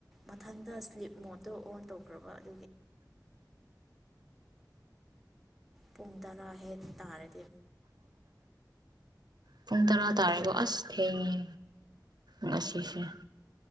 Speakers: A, in the centre; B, on the right.
A: ꯃꯊꯟꯇ ꯏꯁ꯭ꯂꯤꯞ ꯃꯣꯠꯇꯣ ꯑꯣꯟ ꯇꯧꯈ꯭ꯔꯕ <inaudible> ꯄꯨꯡ ꯇꯔꯥ ꯍꯦꯟꯅ ꯇꯥꯔꯦ꯫
B: ꯄꯨꯡ ꯇꯔꯥ ꯇꯥꯔꯦꯕ ꯑꯁ ꯊꯦꯡꯉꯦ ꯉꯁꯤꯁꯦ